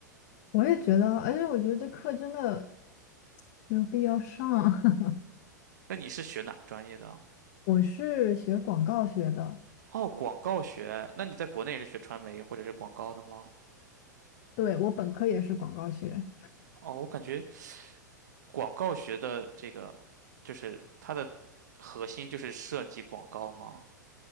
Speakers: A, on the left; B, on the right.
A: 我也觉得，而且我觉得这课真的没有必要上。<laughs>
B: 那你是学哪个专业的啊？
A: 我是学广告学的，
B: 哦，广告学，那你在国内也是学传媒或者是广告的吗？
A: 对，我本科也是广告学，
B: 哦，我感觉广告学的这个，就是它的核心就是设计广告吗？